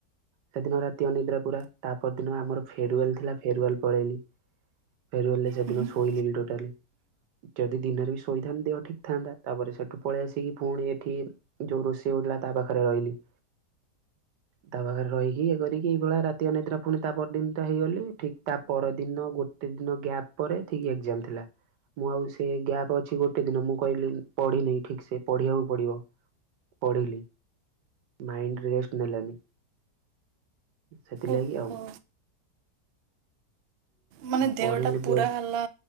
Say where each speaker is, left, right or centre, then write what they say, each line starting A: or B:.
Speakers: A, on the right (about 85°); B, on the right (about 70°).
A: ସେଦିନ ରାତି ଅନିଦ୍ରା ପୁରା ତାପ ଦିନ ଆମର ଫେରୱେଲ ଥିଲା ଫେରୱାଲ ପଳେଇଲି। ଫେରୱାଲ ରେ ସେଦିନ
B: ହୁଁ
A: ଶୋଇିଲିନି ଟୋଟାଲି। ଯଦି ଦିନରେ ବି ଶୋଇଥାନ୍ତି ଦେହ ଠିକ୍ ଥାନ୍ତା। ତାପରେ ସେଠୁ ପଳେଇ ଆସିକି ପୁଣି ଏଠି ଯୋଉ ରୋଷେଇ ହଉଥିଲା ତା ପାଖରେ ରହିଲି। ତା ପାଖରେ ରହିକି ଇଏ କରିକି ଏଇଭଳି ରାତି ଅନିଦ୍ରା ପୁଣି ତା ପରଦିନଟା ହେଇଗଲି। ଠିକ ତା ପରଦିନ ଗୋଟେ ଦିନ ଗ୍ୟାପ ପରେ ଠିକ୍ ଏକ୍ଜାମ ଥିଲା। ମୁଁ ଆଉ ସେ ଗ୍ୟାପ୍ ଅଛି ଗୋଟେ ଦିନ ମୁଁ କହିଲି ପଢିନି ଠିକ୍ ସେ ପଢିବାକୁ ପଡିବ। ପଢିଲି ମାଇଣ୍ଡ ରେଷ୍ଟ ନେଲାନି। ସେଥିଲାଗି
B: ଓହୋ
A: ଆଉ।
B: ମାନେ ଦେହ
A: ପଢିଲି
B: ଟା ପୁରା
A: ବେ
B: ହେଲା